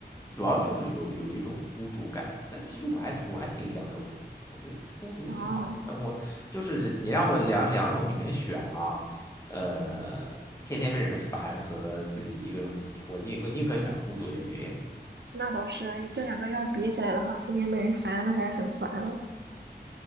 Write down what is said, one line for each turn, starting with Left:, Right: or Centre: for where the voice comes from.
Left: 主要就是有有一种孤独感，但其实我还我还挺享受的，我觉得孤独挺好的。
Right: <laughs> 啊。
Left: 我就是你让我两两种里面选啊，呃，天天被人烦和自己一个人孤独，我宁我宁可选孤独这一边。
Right: 那倒是，这两个要是比起来的话，天天被人烦，那还是很烦了。